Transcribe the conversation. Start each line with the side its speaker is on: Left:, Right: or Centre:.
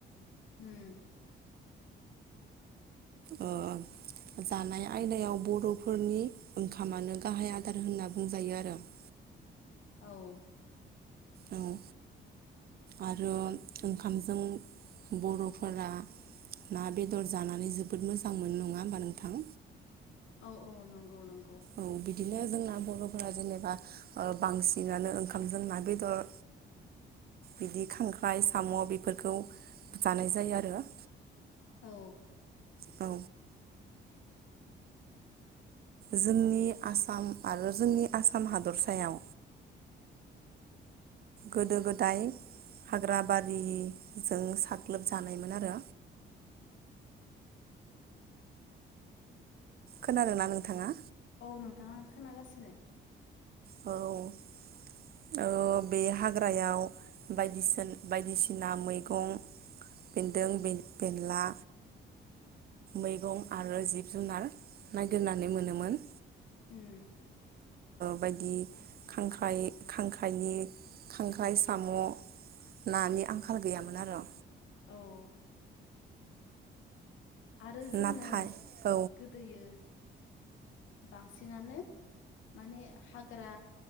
Left: उम
Right: अ जानाय आयदायाव बर'फोरनि ओंखामानो गाहाय आदार होनना बुंजायो आरो <inaudible>
Left: औ
Right: औ आरो ओंखामजों बर'फोरा ना, बेदर जानानै जोबोद मोजां मोनो नङा होमबा नोंथां।
Left: औ औ नंगौ नंगौ
Right: औ बिदिनो जोंना बर'फोरा जेनेबा बांसिनानो ओंखामजों ना, बेदर बिदि खांख्राइ, साम' बेफोरखौ जानाय जायो आरो
Left: औ
Right: औ
Left: <inaudible>
Right: जोंनि आसाम आरो जोंनि आसाम हादरसायाव गोदो-गोदाय हाग्रा बारिजों साग्लोब जानायमोन आरो खोनादों ना नोंथाङा?
Left: औ नोंथाङा आं खोनागासिनो।
Right: औ बे हाग्रायाव बायदिसिना बायदिसिना मैगं बेन्दों बे बेनला मैगं आरो जिब जुनार नागिरनानै मोनोमोन
Left: उम
Right: बायदि खांख्राइ- खांख्राइनि खांख्राइ साम' नानि आंखाल गैयामोन आरो
Left: औ आरो जोंङो
Right: नाथाय औ
Left: गोदोयो बांसिनानो माने हाग्रा